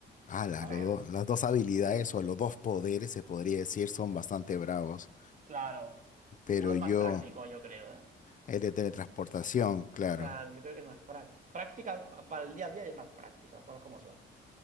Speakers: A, on the left; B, on the right.
A: Ah, las,
B: a ver,
A: los dos- las dos habilidades o los dos poderes, se podría decir, son bastante bravos.
B: Claro,
A: Pero
B: uno es
A: yo,
B: más práctico, yo creo, ¿eh?
A: el de teletransportación, claro.
B: Claro, yo creo que es más práctico. Práctica pa- para el día a día es más práctico, las cosas como son.